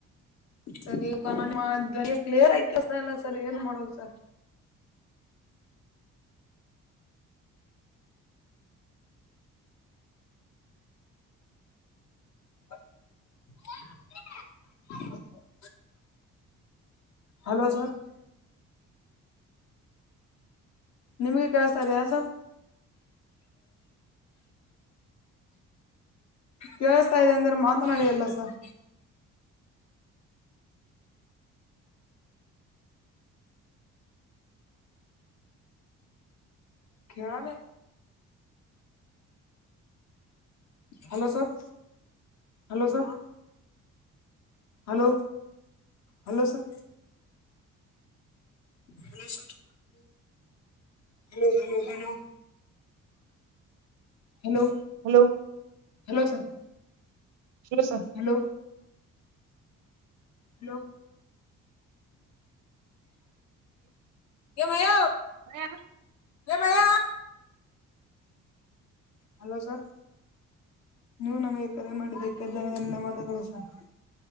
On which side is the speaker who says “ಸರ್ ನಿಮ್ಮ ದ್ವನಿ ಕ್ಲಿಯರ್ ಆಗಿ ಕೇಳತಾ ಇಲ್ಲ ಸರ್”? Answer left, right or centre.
Left